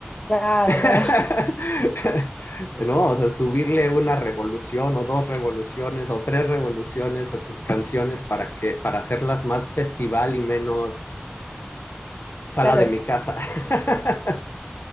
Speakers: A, on the left (about 25°); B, on the left (about 65°).
A: Claro,
B: <laughs>
A: claro,
B: No, o sea, subirle una revolución o dos revoluciones o tres revoluciones a sus canciones para que, para hacerlas más festival y menos sala
A: <laughs> claro.
B: de mi casa. <laughs>